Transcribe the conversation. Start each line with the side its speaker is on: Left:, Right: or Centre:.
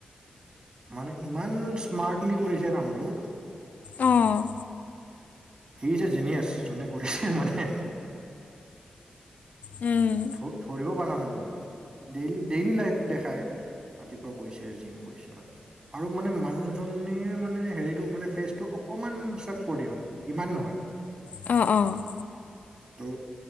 Right: মানে ইমান স্মাৰ্টলি কৰিছে কামটো।
Left: অ'।
Right: He is a genius! যেন যোনে কৰিছে মানে।
Left: উম।
Right: ধৰিব পৰা নাই মানে, ডেইলি, ডেইলি লাইফ দেখাই, ৰাতিপুৱা গৈছে, জিম কৰিছে মা আৰু মানে মানুহজনীৰ মানে হেৰিটো মানে ফেচ টো অকমান চেপ কৰি মানে ইমান নহয়!
Left: অ', অ'।
Right: ত',